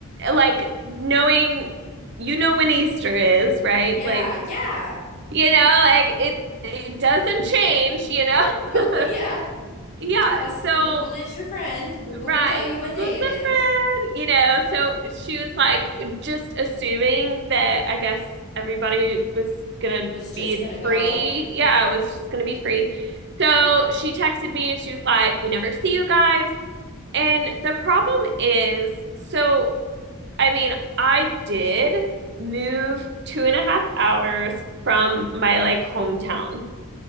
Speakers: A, on the right; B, on the left.
A: like knowing you know when Easter is, right?
B: Yeah,
A: Like,
B: yeah.
A: you know, like it it doesn't change, you know?
B: <laughs> Oh, yeah.
A: <laughs> yeah,
B: Plus,
A: so
B: Google is your friend. Google
A: right,
B: will tell you
A: Google's
B: what day it
A: the
B: is.
A: friend, you know. So she was like just assuming that I guess everybody was gonna
B: Was just
A: be
B: gonna go,
A: free. Yeah, it was just gonna be free. So she texted me and she was like, We never see you guys. And the problem is, so I mean, I did move two and a half hours from my like hometown,